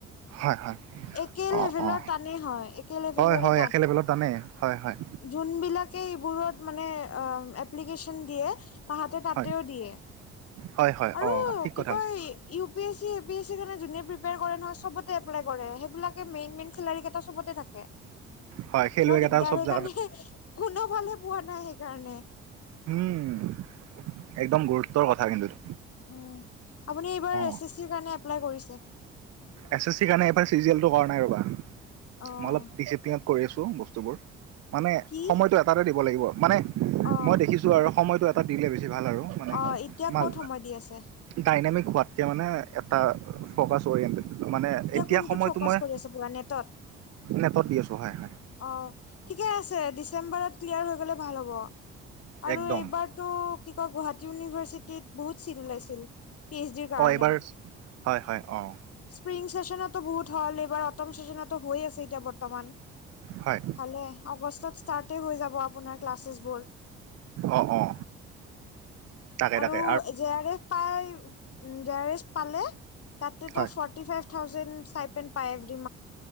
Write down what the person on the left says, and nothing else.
একে
লেভেলৰ
টানেই হয় একে লেভেলৰে
জোন কিবা এই বোৰত মানে এপ্লিকেচন দিয়ে। তাহাতে তাতেও
দিয়ে,
আৰু
কি
কয়
U P S C, A P S চিৰ কাৰণে যোনে প্ৰিপেয়াৰ কৰে নহয়, চবতে এপেলাই কৰে সেইবিলাকে মেইন মেইন খিলাৰী কেইটা চবতে থাকে। <inaudible>
বৰ
দিগদাৰ
সেইকাৰণে কোনো ভালে পোৱা নাই সেইকাৰণে।
উম আপনি এবাৰ
এচ চি চি কাৰণে এপ্লাই কৰিছে।
অ',
কি
অ',
অ এতিয়া
ক'ত সময় দি আছে।
কোনটোত
ফ'কাচ
কৰি আছে পুৰা নেটত
অ, ঠিকে আছে ডিচেম্বৰত ক্লিয়াৰ হৈ গলে ভাল হ'ব, আৰু
এইবাৰ তো কি কয় গুৱাহাটী ইউনিভাৰ্চিটিত বহুত চিট ওলাইছিল। পি এইচ ডিৰ কাৰণে
স্প্ৰিং চেচনতো বহুত হল এইবাৰ অটম চেচনতো হৈ আছে এইতিয়া বৰ্তমান।
হলে আগষ্টত ষ্টাৰ্ট হৈ যাব আপোনাৰ ক্লাছেছ বোৰ।
আৰু
জে আৰ এফ পাই জে আৰ এফ পালে তাতেতো
ফৰ্টি ফাইভ থাউজেণ্ড পাই যদি,